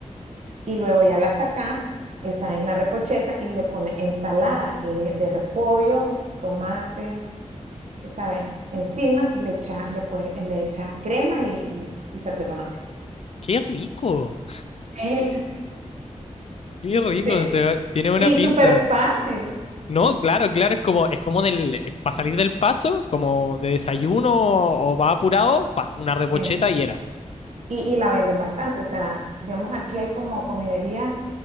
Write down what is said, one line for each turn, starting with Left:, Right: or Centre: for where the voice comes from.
Right: y luego ya la sacás, esa es la repocheta, y le pones ensalada, que es de repollo, tomate, ¿sabes? Encima le echa, le, puedes- le echas crema y, y, y salsa de tomate.
Left: Qué rico.
Right: Sí, <laughs>
Left: Qué rico.
Right: sí.
Left: se ve- tiene buena
Right: Y
Left: pinta.
Right: súper fácil.
Left: No, claro, claro, es como, es como del, para salir del paso, como de desayuno o, va apurado, pa, una repocheta
Right: sí.
Left: y era.
Right: Y, y la venden bastante. O sea, digamos, aquí hay como comiderías